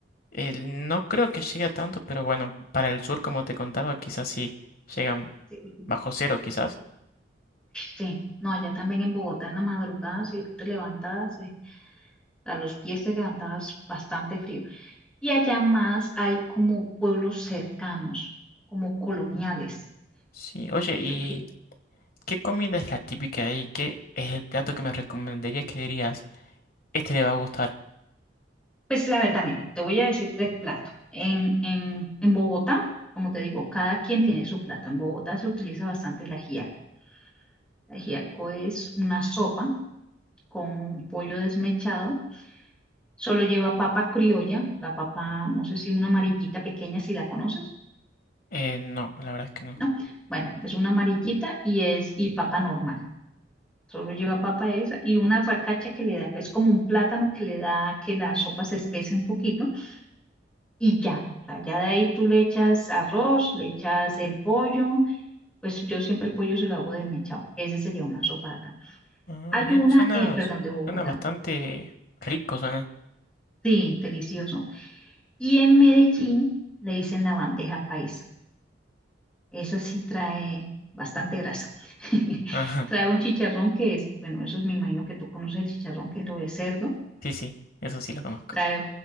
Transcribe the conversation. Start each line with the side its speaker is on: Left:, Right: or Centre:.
Left: El- no creo que llegue a tanto, pero bueno, para el sur, como te contaba, quizás sí llegan
Centre: Sí, porque-
Left: bajo cero, quizás.
Centre: Sí, no, allá también en Bogotá en la madrugada, si tú te levantas eh, a los pies te levantabas bastante frío. Y allá más hay como pueblos cercanos, como coloniales.
Left: Sí, oye,
Centre: Si
Left: ¿y
Centre: tú qui-
Left: qué comida es la típica de ahí? ¿Qué es el plato que me recomendarías que dirías, este le va a gustar?
Centre: Pues la verdad, mira, te voy a decir tres platos. En, en, en Bogotá, como te digo, cada quien tiene su plato. En Bogotá se utiliza bastante el ajiaco. El ajiaco es una sopa con pollo desmechado. Solo lleva papa criolla, la papa, no sé si una amarillita pequeña, si la conoces,
Left: Eh, no, la verdad es que no.
Centre: ¿no? Bueno, es una amarillita y es y papa normal. Solo lleva papa esa y una racacha que le da, es como un plátano que le da que la sopa se espese un poquito y ya. O sea, ya de ahí tú le echas arroz, le echas el pollo, pues yo siempre el pollo se lo hago desmechado. ese sería una sopa de acá.
Left: Ah,
Centre: Hay
Left: bien,
Centre: una,
Left: suena,
Centre: eh, perdón, de Bogotá.
Left: suena bastante rico, suena. <laughs>
Centre: Sí, delicioso. Y en Medellín le dicen la bandeja paisa. Esa sí trae bastante grasa. <laughs>
Left: Ajá,
Centre: Trae un chicharrón que es, bueno, eso es, me imagino que tú conoces el chicharrón, que es lo de cerdo.
Left: sí, sí, eso sí lo conozco.
Centre: Trae